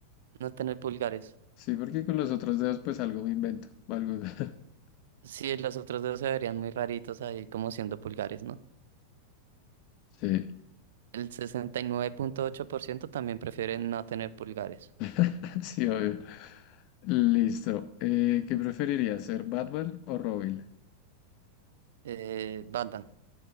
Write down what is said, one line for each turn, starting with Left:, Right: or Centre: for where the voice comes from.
Right: No tener pulgares.
Left: Sí, porque con los otros dedos, pues algo me invento. Algo... <laughs>
Right: Sí, los otros dos se verían muy raritos ahí como siendo pulgares, ¿no?
Left: Sí,
Right: El sesenta y nueve punto ocho por ciento también prefiere no tener pulgares.
Left: <laughs> sí, obvio. Listo. Eh, ¿qué preferirías, ser Batman o Robin?
Right: Eh, Batman.